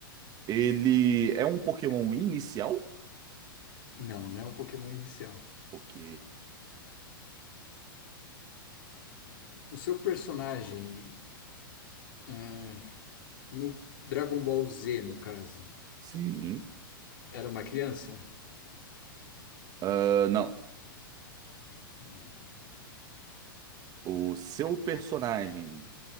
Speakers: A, on the right; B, on the left.
A: Ele é um Pokémon inicial?
B: Não, não é um Pokémon inicial.
A: Ok.
B: O seu personagem, ah, no Dragon Ball Z, no caso,
A: Sim.
B: era uma criança?
A: Ah, não.
B: Não.
A: O seu personagem